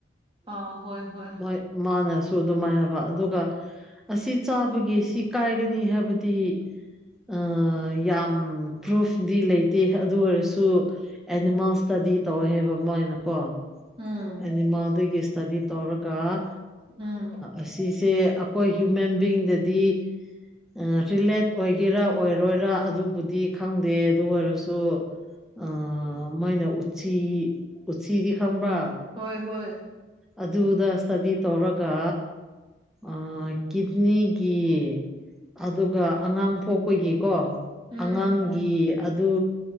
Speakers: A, on the right (about 25°); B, in the centre.
A: ꯑꯥ ꯍꯣꯏ ꯍꯣꯏ
B: ꯍꯣꯏ ꯃꯥꯅꯁꯨ ꯑꯗꯨꯃꯥꯏ ꯍꯥꯢꯕ ꯑꯗꯨꯒ ꯑꯁꯤ ꯆꯥꯕꯒꯤ ꯁꯤ ꯀꯥꯏꯒꯅꯤ ꯍꯥꯏꯕꯗꯤ ꯑ ꯌꯥꯝ ꯄ꯭ꯔꯨꯐꯗꯤ ꯂꯩꯇꯦ ꯑꯗꯨ ꯑꯣꯏꯔꯁꯨ ꯑꯦꯅꯤꯃꯜꯁꯇꯗꯤ ꯇꯧꯋꯦ ꯍꯥꯏꯕ ꯃꯣꯢꯅ ꯀꯣ
A: ꯎꯝ
B: ꯑꯦꯅꯤꯃꯜꯒꯤ ꯁ꯭ꯇꯗꯤ ꯇꯧꯔꯒ
A: ꯎꯝ
B: ꯑꯁꯤꯁꯦ ꯑꯩꯈꯣꯏ ꯍ꯭ꯌꯨꯃꯦꯟ ꯕꯤꯡꯗꯗꯤ ꯑꯥ ꯔꯤꯂꯦꯠ ꯑꯣꯏꯒꯦꯔꯥ ꯑꯣꯏꯔꯣꯏꯔ ꯑꯗꯨꯕꯨꯗꯤ ꯈꯪꯗꯦ ꯑꯗꯨ ꯑꯣꯏꯔꯁꯨ ꯑ ꯃꯥꯏꯅ ꯎꯆꯁꯤ ꯎꯆꯤꯗꯤ ꯈꯪꯕ꯭ꯔꯥ
A: ꯍꯣꯏ ꯍꯣꯏ
B: ꯑꯗꯨꯗ ꯏꯁꯇꯗꯤ ꯇꯧꯔꯒ ꯑꯥ ꯀꯤꯠꯅꯤ ꯀꯤ ꯑꯗꯨꯒ ꯑꯉꯥꯡ ꯄꯣꯛꯄꯒꯤꯀꯣ
A: ꯎꯝ
B: ꯑꯉꯥꯡꯒꯤ ꯑꯗꯨ